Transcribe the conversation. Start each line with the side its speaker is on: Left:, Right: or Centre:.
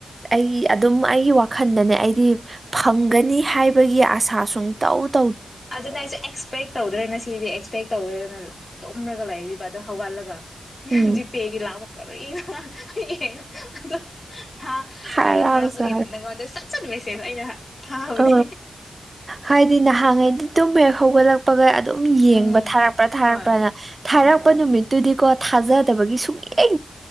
Right: ꯑꯩꯒꯤ ꯑꯗꯨꯝ ꯑꯩꯒꯤ ꯋꯥꯈꯜꯗꯅꯦ ꯑꯩꯗꯤ ꯐꯪꯒꯅꯤ ꯍꯥꯏꯕꯒꯤ ꯑꯁꯥ ꯁꯨꯡꯨꯝ ꯇꯧ
Left: ꯑꯗꯨꯅ ꯑꯩꯁꯨ ꯑꯦꯛꯁꯄꯦꯛ ꯇꯧꯗ꯭ꯔꯦꯅꯦ ꯁꯤꯗꯤ ꯀꯩ ꯇꯧꯔꯒꯅ ꯇꯨꯝꯔꯒ ꯂꯩ ꯑꯗꯣ ꯍꯧꯒꯠꯂꯒ
Right: ꯎꯝ
Left: ꯖꯤ ꯄꯦꯛꯒꯤ ꯂꯕꯣ ꯀꯏꯅ ꯩꯅ ꯑꯣ ꯊ
Right: ꯍꯔꯥꯎꯁꯨ
Left: ꯈꯔꯗ ꯊꯥꯔꯛꯄꯒꯤ ꯅꯪꯉꯣꯟꯗ ꯁꯠ ꯆꯠ ꯃꯦꯁꯦꯖ ꯑꯗ ꯑꯩꯅ ꯊꯥꯕꯅꯦ
Right: ꯑ ꯍꯥꯏꯗꯤ ꯅꯍꯥꯡꯉꯩ ꯇꯨꯝꯕꯦꯛ ꯍꯧꯒꯠꯂꯛꯄꯒ ꯑꯗꯨꯝ ꯌꯦꯡꯕ
Left: ꯎꯝ
Right: ꯊꯥꯔꯛꯄ꯭ꯔꯥ ꯊꯥꯔꯛꯄ꯭ꯔꯅ
Left: ꯍꯣꯏ
Right: ꯊꯥꯔꯛꯄ
Left: ꯎꯝ
Right: ꯅꯨꯃꯤꯠꯇꯨꯗꯤꯀꯣ ꯊꯥꯖꯗꯕꯒꯤ ꯁꯨꯡꯛꯂꯌꯦꯛ